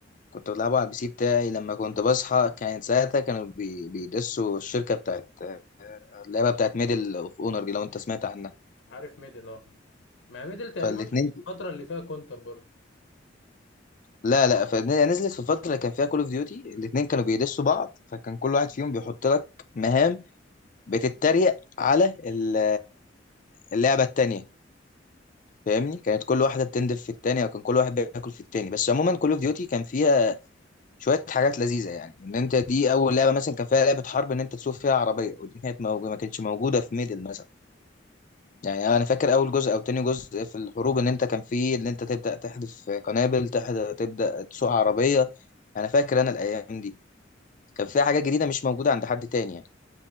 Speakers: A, on the left (about 45°); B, on the left (about 75°).
A: كنت بلعبه على البي سي بتاعي لما كنت بصحى كانت ساعتها كانوا بي... بيدسوا الشركة بتاعت اللعبة بتاعت ميدل اوف اونر دي لو انت سمعت عنها
B: عارف ميدل اه ما ميدل تقريبا
A: فالاتنين
B: كانت الفتره اللي فيها كونتر برضه
A: لا لا فنزلت في الفترة اللي كان فيها كول اوف ديوتي الاتنين كانوا بيدسوا بعض فكان كل واحد فيهم بيحط لك مهام بتتريق على ال- اللعبة التانية فاهمني كانت كل واحده بتندف في التانية وكان كل واحد بياكل في التاني بس عموما كول اوف ديوتي كان فيها شويه حاجات لذيذه يعني ان انت دي اول لعبه مثلا كان فيها لعبه حرب ان انت تسوق فيها عربيه ودي كانت موجوده ما كانتش موجوده في ميدل مثلا يعني انا فاكر اول جزء او تاني جزء في الحروب ان انت كان فيه ان انت تبدا تحذف قنابل تحد- تبدا تسوق عربيه انا فاكر انا الايام دي كان فيها حاجات جديده مش موجوده عند حد تاني يعني